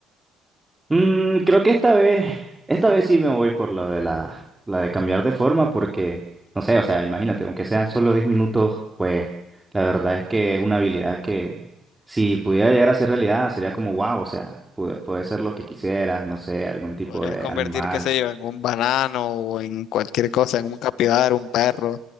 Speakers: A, on the right; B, on the left.
A: Mm, creo que esta vez, esta vez sí me voy por lo de la, la de cambiar de forma, porque, no sé, o sea, imagínate, aunque sean solo 10 minutos, pues la verdad es que es una habilidad que si pudiera llegar a ser realidad sería como wow, o sea, puede, puede ser lo que quisieras, no sé, algún tipo
B: Podrías
A: de
B: convertir,
A: animal.
B: qué sé yo, en un banano o en cualquier cosa, en un capibara, un perro,